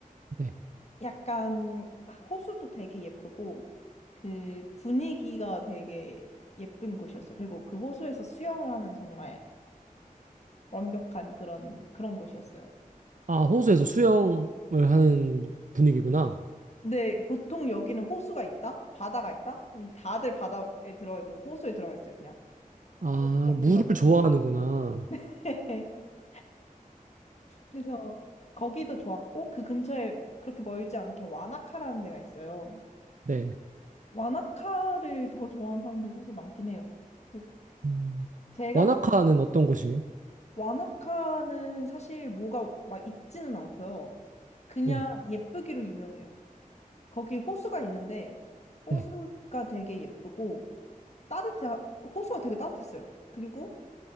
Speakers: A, on the right; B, on the left.
A: 네.
B: 약간 호수도 되게 예쁘고 그 분위기가 되게 예쁜 곳이었어요. 그리고 그 호수에서 수영을 하면 정말 완벽한 그런 그런 곳이었어요.
A: 아, 호수에서 수영을 하는 분위기구나.
B: 근데 보통 여기는 호수가 있다? 바다가 있다? 음, 다들 바다에 들어가 있고 호수에 들어가 있어요, 그냥.
A: 아,
B: 도시에
A: 물을
B: 있든 어떤.
A: 좋아하는구나.
B: <laughs> 그래서 거기도 좋았고 그 근처에 그렇게 멀지 않게 와나카라는 데가 있어요.
A: 네.
B: 와나카를 더 좋아하는 사람들이 사실 많긴 해요. 근데
A: 음.
B: 제가
A: 와나카는
B: 가-
A: 어떤 곳이에요?
B: 와나카는 사실 뭐가 막 있지는 않고요. 그냥
A: 네.
B: 예쁘기로 유명해요. 거기 호수가 있는데 호수가
A: 네.
B: 되게 예쁘고 따뜻해 호수가 되게 따뜻했어요. 그리고